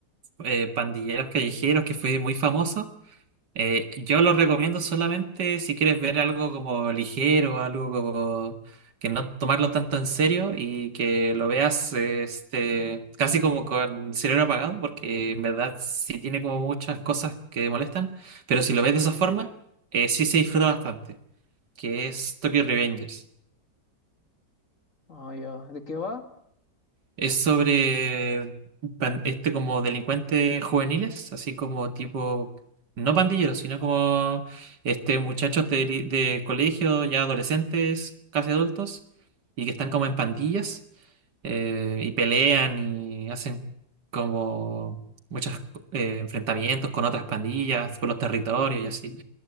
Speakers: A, on the right (about 90°); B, on the left (about 50°).
A: eh, pandilleros callejeros que fue muy famoso. Eh, yo lo recomiendo solamente si quieres ver algo como ligero, algo como que no tomarlo tanto en serio y que lo veas este, casi como con el cerebro apagado, porque en verdad sí tiene como muchas cosas que molestan, pero si lo ves de esa forma, eh, sí se disfruta bastante, que es Tokyo Revengers.
B: Ah, ya, ¿de qué va?
A: Es sobre pan- este como delincuentes juveniles, así como tipo, no pandilleros, sino como este muchachos de, li- de colegio, ya adolescentes, casi adultos, y que están como en pandillas, eh, y pelean y hacen como muchos eh, enfrentamientos con otras pandillas por los territorios y así.